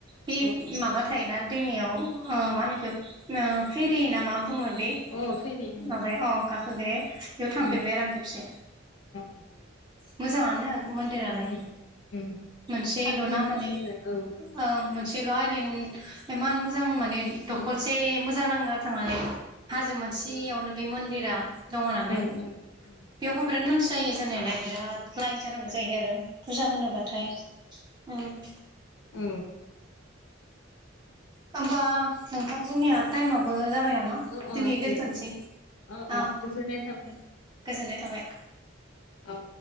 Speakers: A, on the right (about 20°); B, on the left (about 75°).
A: बे
B: ओ
A: माबा थायोना। दैनिमाव ओ मा होनो इखो फेरि ना मा बुङो बे
B: ओमफ्राय आरो इनिफ्राय उम अ फेरि उम
A: माबाया अ। गाखोग्राया बेयाव थांफेरबाय
B: उम
A: आरो आं खेबसे
B: अ
A: मोजाङानो। मन्दिरालाय
B: उम उम
A: मोनसेल
B: थाङो
A: ना
B: मानसिफोरा
A: मान्नै
B: औ
A: ओं मोनसे ल आइलेन इमान मोजां मोजां माने
B: उम
A: दखलसे
B: उम
A: मोजां नाङो आरो थांनानै हाजो मोनसेयावनो बे मन्दिरा दङ नालाय
B: ओ उम उम
A: बेयावबो बिराद मानसि जायो जानायालाय बिराद लाइन जानांगौ जायो आरो फुजा होनोबाथाय ओम।
B: ओ
A: होमबा नोंथां जोंनिया टाइमाबो जाबाय नामा
B: ओ औ अ
A: दिनै
B: दे
A: दोनथनोसै
B: अ
A: अ
B: गोजोननाय थाबाय नोंथां
A: गोजोननाय थाबाय
B: औ।